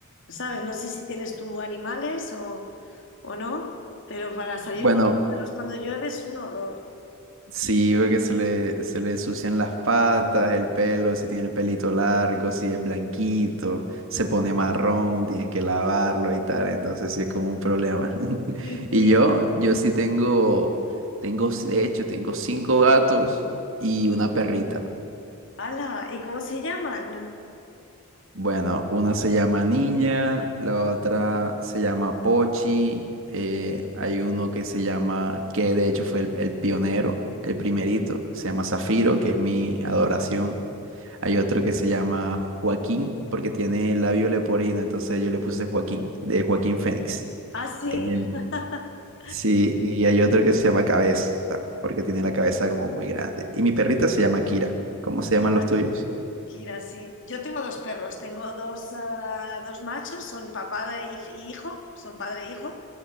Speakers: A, on the left; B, on the right.
A: ¿sabes? No sé si tienes tú animales o, o no, pero para salir
B: Bueno,
A: con Perros cuando llueve es un horror.
B: Sí, porque se le, se le ensucian las patas, el pelo, si tiene pelito largo, si es blanquito, se pone marrón, tienes que lavarlo y tal, entonces sí es como un problema. <laughs>
A: Sí,
B: Y
A: sí.
B: yo, yo sí tengo, tengo, de hecho, tengo cinco gatos y una perrita.
A: ¡Hala! ¿Y cómo se llaman?
B: Bueno, una se llama Niña, la otra se llama Pochi, eh, hay uno que se llama, que de hecho fue el, el pionero, el primerito, se llama Zafiro, que es mi adoración. Hay otro que se llama Joaquín, porque tiene el labio leporino, entonces yo le puse Joaquín, de Joaquín Fénix.
A: Ah, sí.
B: Em,
A: <laughs>
B: sí, y hay otro que se llama Cabeza, porque tiene la cabeza como muy grande. Y mi perrita se llama Kira. ¿Cómo se
A: Kira,
B: llaman los tuyos?
A: Kira, sí. Yo tengo dos perros, tengo dos, ah, dos machos, son papá y y hijo, son padre e hijo.